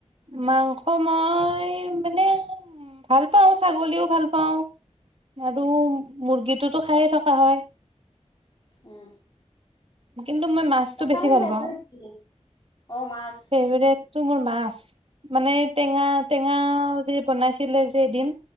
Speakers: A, on the right; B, on the left.
A: মাংস মই মানে ভাল পাওঁ ছাগলীও ভাল পাওঁ। আৰু মুৰ্গীটোতো খায়ে থকা হয়।
B: উম।
A: কিন্তু মই মাছটো
B: তথাপি
A: বেছি ভাল
B: ফেভৰেট
A: পাওঁ
B: কি অ মাছ
A: ফেভোৰাইট। তো মোৰ মাছ,, মানে টেঙা টেঙা যে বনাইছিলে যে এদিন।